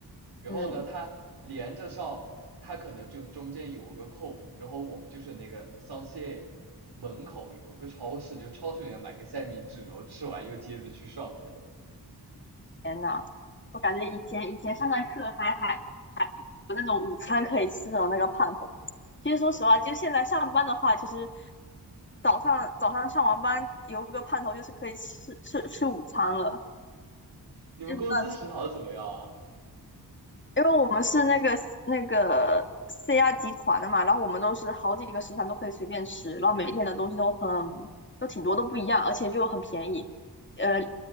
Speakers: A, on the right; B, on the left.
A: 然后呢，
B: 嗯，
A: 它连着上，它可能就中间有个空，然后我们就是那个桑谢门口有个超市，就超市里面买个三明治，然后吃完又接着去上那种。
B: 天呐，我感觉以前以前上上课还还还有那种午餐可以吃的那个盼头。其实说实话，就现在上班的话，其实早上早上上完班有个盼头，就是可以吃吃吃午餐了，
A: 你们公司食堂怎么样啊？
B: 真的因为我们是那个那个 CR 集团的嘛，然后我们都是好几个食堂都可以随便吃，然后每一天的东西都很都挺多，都不一样，而且就很便宜，呃，